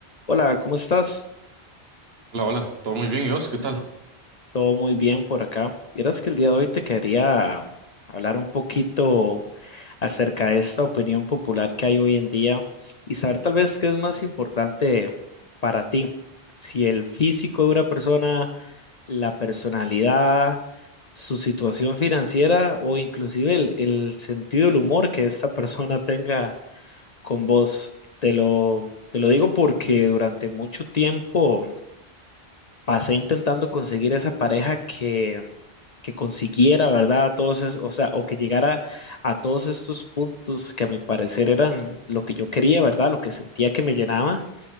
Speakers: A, on the left; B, on the right.
A: Hola, ¿cómo estás?
B: Hola, hola, todo muy bien, ¿y vos qué tal?
A: Todo muy bien por acá. Vieras que el día de hoy te quería hablar un poquito acerca de esta opinión popular que hay hoy en día y saber tal vez qué es más importante para ti, si el físico de una persona, la personalidad, su situación financiera o inclusive el, el sentido del humor que esta persona tenga con vos. Te lo, te lo digo porque durante mucho tiempo... pasé intentando conseguir esa pareja que, que consiguiera, ¿verdad? Todos es- o sea, o que llegara a todos estos puntos que a mi parecer eran lo que yo quería, ¿verdad? Lo que sentía que me llenaba.